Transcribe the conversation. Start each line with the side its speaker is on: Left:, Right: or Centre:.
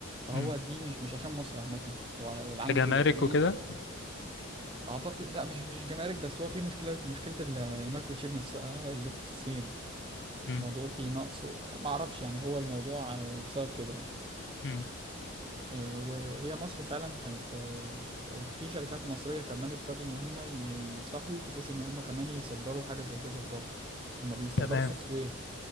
Right: فهو
Left: امم
Right: دي مش مش عشان مصر عامه هو العالم
Left: كجمارك
Right: كله يعني دي
Left: وكده
Right: اعتقد لا مش مش جمارك بس هو في مشكله مشكله المايكروتشيب نفسها اللي في الصين
Left: امم
Right: الموضوع فيه نقص وما اعرفش يعني هو الموضوع آه، بسبب كده يعني
Left: امم
Right: آه، وهي مصر فعلا كانت آه، وفي شركات مصرية كمان ابتدوا إن هم ي- يفتحوا بحيث إن هم كمان يصدروا حاجة زي كده لبره هم بيصدروا
Left: تمام
Right: سوفت وير